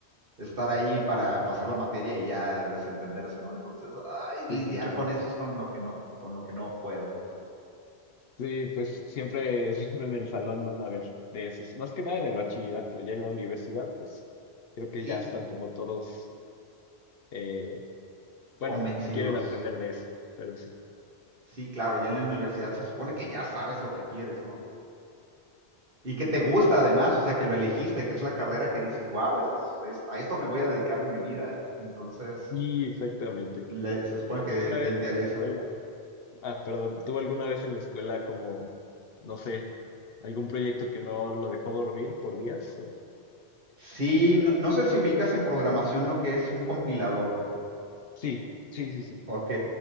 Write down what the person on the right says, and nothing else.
estar ahí para pasar la materia y ya desentenderse, ¿no? Entonces,
ay, lidiar
con eso
es con lo que no, con lo que no puedo.
Sí,
convencidos.
Sí, claro, ya en la universidad se supone que ya sabes lo que quieres, ¿no? Y que te gusta además, o sea, que lo elegiste, que es la carrera que dices, wow, esto es, es- a esto me voy a dedicar en mi vida. Entonces,
le- se supone
que
te interesa.
Sí, no, no sé si ubicas en programación lo que es un compilador.
Ok.